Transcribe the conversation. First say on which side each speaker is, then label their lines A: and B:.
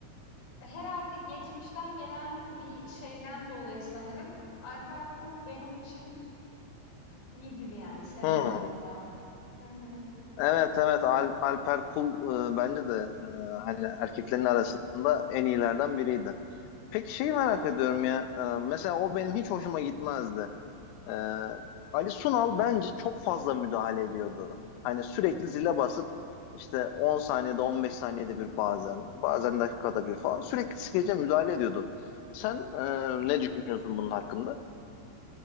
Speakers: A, on the left; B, on the left.
A: herhâlde geçmişten gelen bir şeyden dolayı sanırım Alper Kul benim için iyidir yani, severim
B: Hmm.
A: onu da. Hı hı.
B: Evet evet Al Alper Kul e, bence de e, hani erkeklerin arasında en iyilerden biriydi. Peki şeyi merak ediyorum ya. e, mesela o benim hiç hoşuma gitmezdi. Ee, Ali Sunal bence çok fazla müdahale ediyordu. Hani sürekli zile basıp işte on saniyede 15 saniyede bir bazen bazen dakikada bir falan sürekli skece müdahale ediyordu. Sen e, ne düşünüyorsun bunun hakkında?